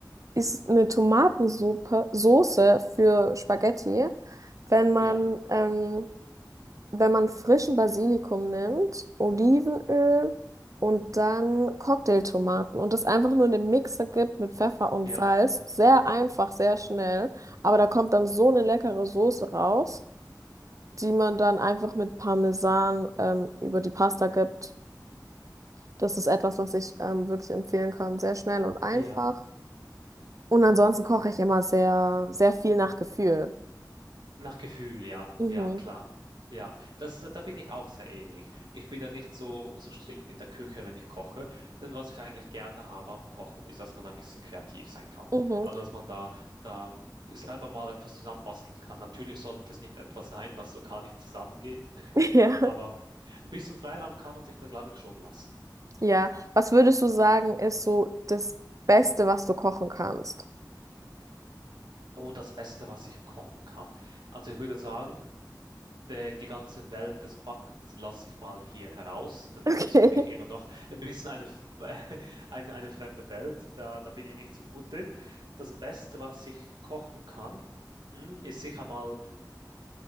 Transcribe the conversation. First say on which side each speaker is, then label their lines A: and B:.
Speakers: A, on the right; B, on the right.
A: ist eine Tomatensuppe, Soße für Spaghetti, wenn man,
B: Ja,
A: ähm, wenn man frischen Basilikum nimmt, Olivenöl und dann Cocktailtomaten und das einfach nur in den Mixer gibt mit Pfeffer und
B: ja,
A: Salz. Sehr einfach, sehr schnell, aber da kommt dann so eine leckere Soße raus, die man dann einfach mit Parmesan, ähm, über die Pasta gibt. Das ist etwas, was ich, ähm, wirklich empfehlen kann. Sehr schnell und einfach.
B: ja.
A: Und ansonsten koche ich immer sehr, sehr viel nach Gefühl.
B: Nach Gefühl, ja,
A: Mhm.
B: ja, klar. Ja, das, da bin ich auch sehr ähnlich. Ich bin da nicht so, so strikt in der Küche, wenn ich koche. Denn was ich eigentlich gerne habe am Kochen, ist, dass man ein bisschen kreativ sein kann.
A: Mhm.
B: Also, dass man da, da selber mal etwas zusammenbasteln kann. Natürlich sollte es nicht etwas sein, was so gar nicht zusammengeht. <laughs>
A: <laughs> Ja.
B: Aber ein bisschen Freiraum kann man sich da, glaube ich, schon lassen.
A: Ja. Was würdest du sagen, ist so das Beste, was du kochen kannst? <laughs>
B: Oh, das Beste, was ich kochen kann. Also, ich würde sagen, der, die ganze Welt des Backens, die lasse ich mal hier heraus, denn das
A: Okay.
B: ist für mich immer noch ein bisschen eine, f- <laughs> eine, eine fremde Welt. Da, da bin ich nicht so gut drin. Das Beste, was ich kochen kann, hm, ist sicher mal,